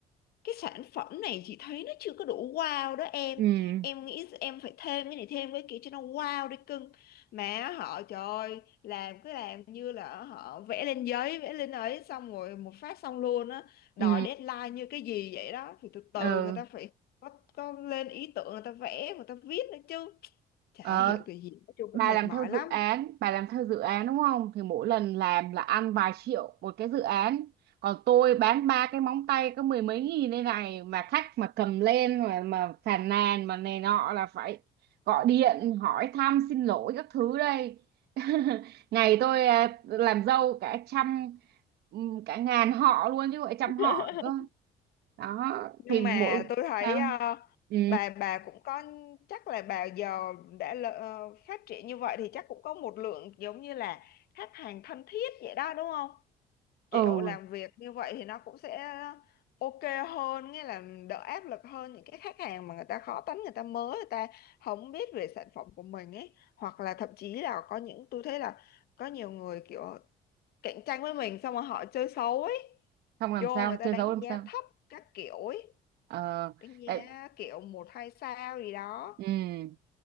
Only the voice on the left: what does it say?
cái sản phẩm này chị thấy nó chưa có đủ wow đó em
em nghĩ em phải thêm cái này thêm cái kia cho nó wow đi cưng mà họ trời ơi, làm cứ làm như là họ vẽ lên giấy vẽ lên ấy xong rồi một phát xong luôn á đòi
deadline như cái gì vậy đó thì từ từ
người ta phải có, có lên ý tưởng người ta vẽ người ta viết nữa chứ chả
hiểu cái gì nói chung
cũng mệt
mỏi
lắm
<laughs>
nhưng
mà tôi thấy
ờ,
bà bà cũng có chắc là bà giờ đã lỡ- ờ, phát triển như vậy thì chắc cũng có một lượng giống như là khách hàng thân thiết vậy đó đúng không kiểu
làm việc như vậy thì nó cũng sẽ ok hơn nghĩa là đỡ áp lực hơn những cái khách hàng mà người ta khó tính người ta mới người ta không biết về sản phẩm của mình ấy hoặc là thậm chí là có những tôi thấy là có nhiều người kiểu cạnh tranh với mình xong rồi họ chơi xấu ấy
vô
người ta
đánh
giá
thấp các kiểu ấy
đánh giá
kiểu một hai sao gì đó